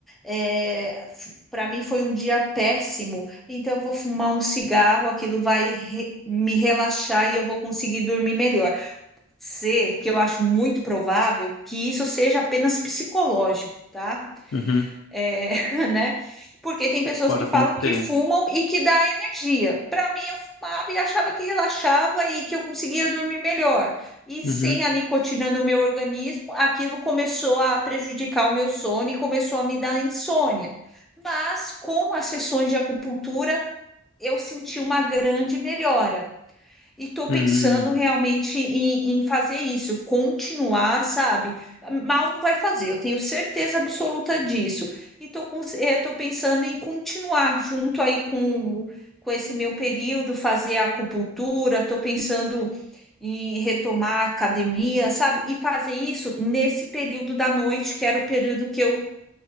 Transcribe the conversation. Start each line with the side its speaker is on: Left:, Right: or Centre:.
Centre: É, para mim foi um dia péssimo. Então eu vou fumar um cigarro, aquilo vai re- me relaxar e eu vou conseguir dormir melhor. Ser que eu acho muito provável que isso seja apenas psicológico, tá?
Left: Uhum,
Centre: é, <laughs> né? Porque tem pessoas
Left: pode
Centre: que
Left: acontecer.
Centre: falam que fumam e que dá energia. Para mim, eu fumava e achava que relaxava e que eu conseguia dormir melhor. E sem
Left: Uhum,
Centre: a nicotina no meu organismo, aquilo começou a prejudicar o meu sono e começou a me dar insônia. Mas com as sessões de acupuntura, eu senti uma grande melhora. E estou
Left: uhum,
Centre: pensando realmente em, em fazer isso, continuar, sabe? Mal não vai fazer, eu tenho certeza absoluta disso. E estou tô, com- eh, tô pensando em continuar junto aí com, com esse meu período, fazer a acupuntura, estou pensando em retomar a academia, sabe? E fazer isso nesse período da noite, que era o período que eu